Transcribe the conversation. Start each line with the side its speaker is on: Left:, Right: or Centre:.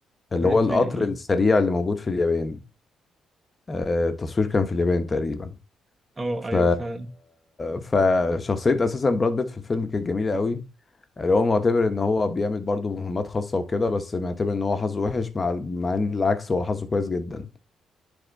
Left: اللي
Right: بوليت
Left: هو القطر
Right: ترين أه
Left: السريع اللي موجود في اليابان آه، التصوير كان في اليابان تقريبا
Right: أه
Left: ف
Right: أيوه فعلا
Left: فشخصية اساسا براد بيت في الفيلم كانت جميلة قوي اللي هو معتبر ان هو بيعمل برضه مهمات خاصه وكده بس معتبر ان هو حظه وحش مع مع ان العكس هو حظه كويس جدا